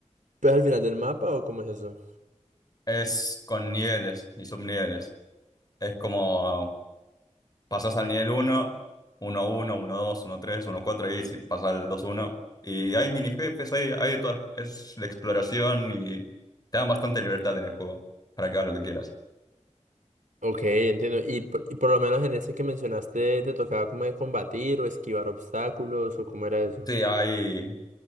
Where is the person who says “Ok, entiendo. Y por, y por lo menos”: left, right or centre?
Right